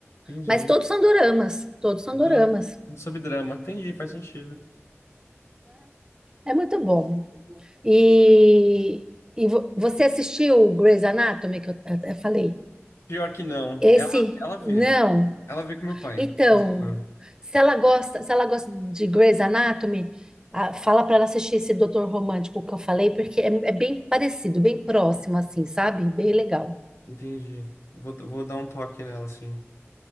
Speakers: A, on the left (about 80°); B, on the right (about 15°).
A: Entendi.
B: Mas todos são doramas, todos são doramas.
A: Tudo tudo sobre drama. Entendi, faz sentido.
B: É, é muito bom. E, e vo- você assistiu Grey's Anatomy, que eu, eu falei?
A: Pior que não.
B: Esse,
A: Ela, ela vê.
B: não.
A: Ela vê com meu pai,
B: Então,
A: de vez em quando.
B: se ela gosta, se ela gosta de Grey's Anatomy, ah, fala para ela assistir esse Doutor Romântico que eu falei, porque é, é bem parecido, bem próximo, assim, sabe? Bem legal.
A: Entendi. Vou, vou dar um toque nela, assim.